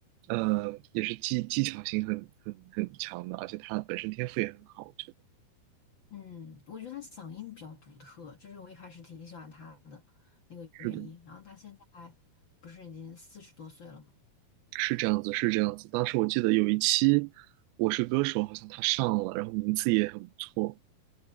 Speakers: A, on the right (about 85°); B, on the left (about 50°).
A: 呃，也是技技巧性很很很强的，而且他本身天赋也很好，我觉得。
B: 嗯，我觉得他嗓音比较独特，这是我一开始挺喜欢他的那个原因。
A: 是的。
B: 然后他现在不是已经四十多岁了嘛？
A: 是这样子，是这样子。当时我记得有一期《我是歌手》，好像他上了，然后名次也很不错。